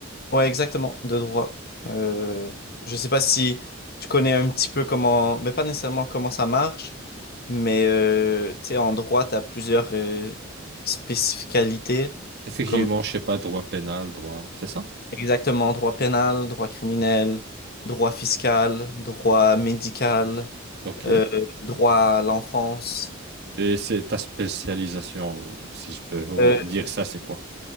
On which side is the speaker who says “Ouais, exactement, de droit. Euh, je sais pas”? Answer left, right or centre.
Left